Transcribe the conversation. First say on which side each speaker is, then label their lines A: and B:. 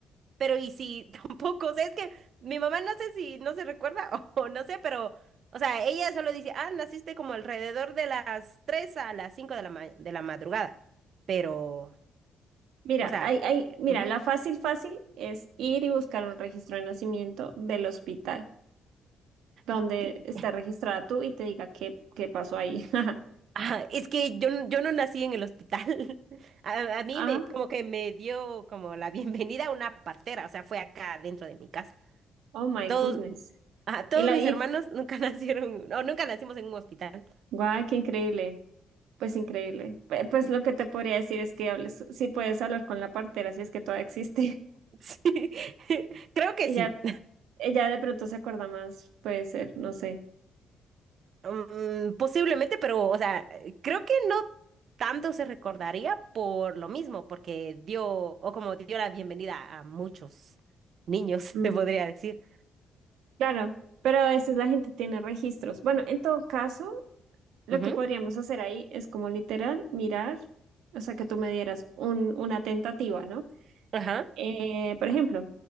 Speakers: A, on the right; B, on the right.
A: pero y si <laughs> tampoco, o sea, es que mi mamá no sé si no se recuerda <laughs> o, no sé, pero, o sea, ella solo dice, ah, naciste como alrededor de las 3 a las 5 de la, ma- de la madrugada, pero,
B: Mira,
A: o sea,
B: hay, hay, mira,
A: ujú.
B: la fácil, fácil es ir y buscar un registro de nacimiento del hospital donde
A: <laughs>
B: está registrada tú y te diga qué, qué pasó ahí. <laughs>
A: Ah, es que yo, n- yo no nací en el hospital. <laughs> A, a mí
B: Ah,
A: me, como que me dio como la bienvenida a una partera, o sea, fue acá dentro de mi casa.
B: oh my
A: Todos,
B: goodness.
A: ajá, todos
B: Y, la,
A: mis
B: y
A: hermanos nunca <laughs> nacieron, o nunca nacimos en un hospital.
B: Guau, qué increíble. Pues increíble. Pe- Pues
A: Mm,
B: lo que te podría decir es que hables, si puedes hablar con la partera, si es que todavía existe.
A: Sí, <laughs>
B: <laughs>
A: creo que
B: Ella,
A: sí.
B: ella de pronto se acuerda más, puede ser, no sé.
A: Mm, posiblemente, pero, o sea, creo que no tanto se recordaría por lo mismo, porque dio, o como dio la bienvenida a muchos niños,
B: Mm,
A: <laughs> te podría decir.
B: claro, pero a veces la gente tiene registros. Bueno, en todo caso, lo
A: Ujú,
B: que podríamos hacer ahí es como literal mirar, o sea, que tú me dieras un, una tentativa, ¿no?
A: Ajá.
B: Eh, por ejemplo,